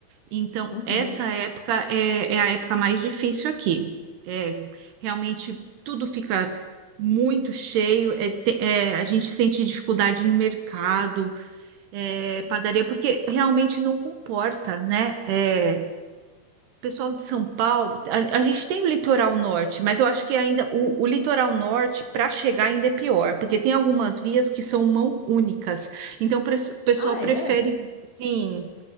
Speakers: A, on the right; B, on the left.
A: Então,
B: Uhum.
A: essa época é, é a época mais difícil aqui. É, realmente tudo fica muito cheio, é, te- é, a gente sente dificuldade em mercado, é, padaria, porque realmente não comporta, né? É, pessoal de São Paulo, a, a gente tem o litoral norte, mas eu acho que ainda o, o litoral norte para chegar ainda é pior, porque tem algumas vias que são mão únicas. Então pre- o pessoal
B: Ah,
A: prefere,
B: é?
A: sim,